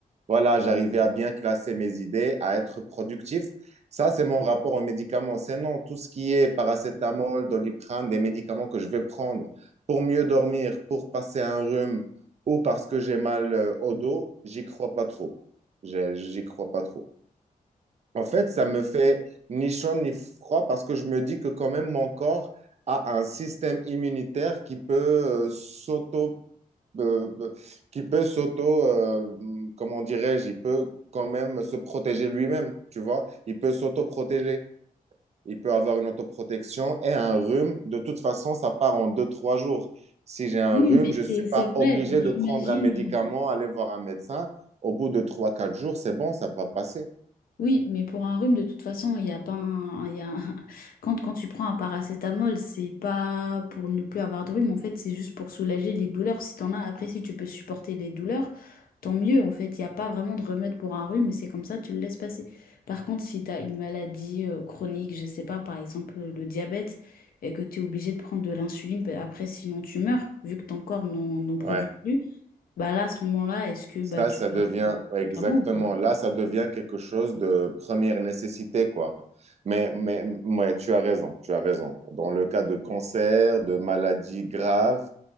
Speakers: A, on the right; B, on the left.
A: voilà, j'arrivais à bien classer mes idées, à être productif. Ça, c'est mon rapport aux médicaments. C'est non, tout ce qui est paracétamol, doliprane, des médicaments que je vais prendre pour mieux dormir, pour passer un rhume ou parce que j'ai mal euh, au dos, j'y crois pas trop. J'ai- J'y crois pas trop. En fait, ça me fait ni chaud ni froid parce que je me dis que quand même mon corps a un système immunitaire qui peut euh, s'auto euh, qui peut s'auto, euh, comment dirais-je, il peut quand même se protéger lui-même, tu vois. Il peut s'auto-protéger. Il peut avoir une autoprotection et un rhume. De toute façon, ça part en deux, trois jours. Si j'ai un
B: Oui,
A: rhume,
B: mais
A: je
B: c'est
A: ne suis
B: c'est
A: pas
B: vrai.
A: obligé
B: Mais
A: de prendre
B: imagine.
A: un médicament,
B: euh,
A: aller voir un médecin. Au bout de trois, quatre jours, c'est bon, ça va passer.
B: Oui, mais pour un rhume, de toute façon, il y a pas un, il y a un- <laughs> Quand, quand tu prends un paracétamol, c'est pas pour ne plus avoir de rhume, en fait, c'est juste pour soulager les douleurs. Si t'en as, après, si tu peux supporter les douleurs, tant mieux, en fait. Il n'y a pas vraiment de remède pour un rhume, c'est comme ça, tu le laisses passer. Par contre, si t'as une maladie euh, chronique, je sais pas, par exemple, euh, le diabète, et que tu es obligé de prendre de l'insuline, bah, après, sinon tu meurs, vu que ton corps n'en n'en produit
A: Ouais.
B: plus, bah là, à ce moment-là, est-ce que
A: Ça,
B: bah, tu
A: ça devient,
B: vas prendre des
A: ouais,
B: médicaments
A: exactement,
B: ou pas?
A: là, ça devient quelque chose de première nécessité, quoi. Mais, mais, ouais, tu as raison, tu as raison. Dans le cas de cancer, de maladies graves,